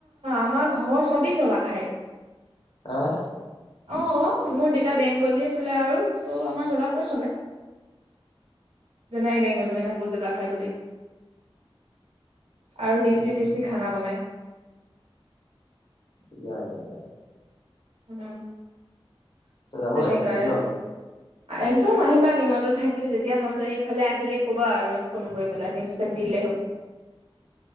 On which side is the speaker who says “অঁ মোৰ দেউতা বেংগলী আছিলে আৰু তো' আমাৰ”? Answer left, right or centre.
Right